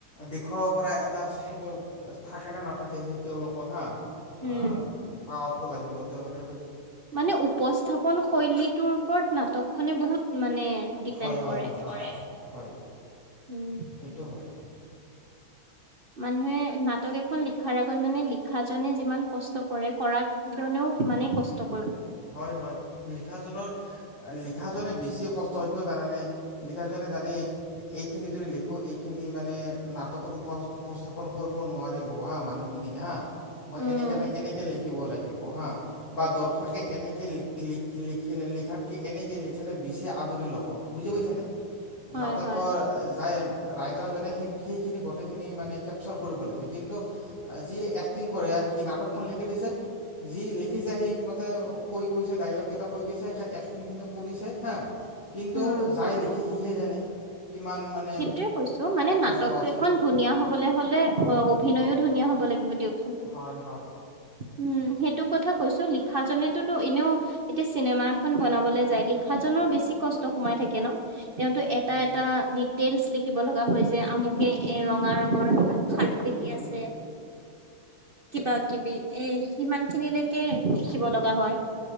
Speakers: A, on the left; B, on the right.
A: দেখুৱ পৰা এটা সেইটো থাকে নে নাথাকে সেই তেওলোকৰ হা অ,
B: উম।
A: পাৱাতটো লাগিব তেওলোকে
B: মানে উপস্থাপন শৈলীটোৰ ওপৰত নাটক খনে বহুত মানে ডিপেণ্ড
A: হয় হয়
B: কৰে।
A: হয় হয় হয়।
B: উম।
A: সেইটো হয়।
B: মানুহে নাটক এখন লিখাৰ আগ মানে লিখা জনে যিমান কষ্ট কৰে কৰা জনেও সিমানে কষ্ট কৰে
A: হয় হয় লিখাজনৰ লিখাজনে বেছি কষ্ট হয় কিয় জানানে? লিখা জনে জানেই এইখিনি যদি লেখো এইখিনি মানে নাটকত উপস উপস্থাপন কৰব নোৱাৰেব হা মানুহখিনি হা মই
B: উম,
A: এনেকে নাই এনেকে লেখিব লাগি বহা বা দৰ্শকে এনেকৈ ল লিখ - লিখিলে -লিখাতকৈ এনেকৈ লিখিলে বেছি আদৰি ল'ব বুজি পাইছানে?
B: হয়
A: নাটকৰ
B: হয়।
A: যাই ৰাই তাৰজনে সেই সেইখিনি গতেখিনি মানে কেপছাৰ কৰিব লাগে, কিন্তু যিয়ে একটিং কৰে আৰকি না নাটকখন লিখি দিছে যি লিখিছে সি মতে কৈ কৈছে ডাইলগ কেইটা কৈ কৈছে এক্টিং খিনি কৰিছে হা কিন্তু
B: উম।
A: যাই লিখে সিহে জানে কিমান মানে
B: সেইটোয়ে কৈছো মানে
A: কষ্ট
B: নাটক
A: আছে
B: এখন ধুনীয়া হবলৈ হলে অ অভিনয়ো ধুনীয়া হব লাগিব থাকিব দিয়কচোন
A: হয় হয়
B: উম সেইটো কথা কৈছো লিখাজনেতো টো এনেও এতিয়া চিনেমা এখন বনাবলে যায় লিখাজন বেছি কষ্ট সোমাই থাকে ন তেওঁতো এটা
A: উম হম।
B: এটা তেইলছ লিখিব লগা যে আমুকে এ ৰঙা ৰঙৰ শাৰী পিন্ধি
A: উম
B: আছে কিবা কিবি এ সিমান খিনিলৈকে শিকিব লগা হয়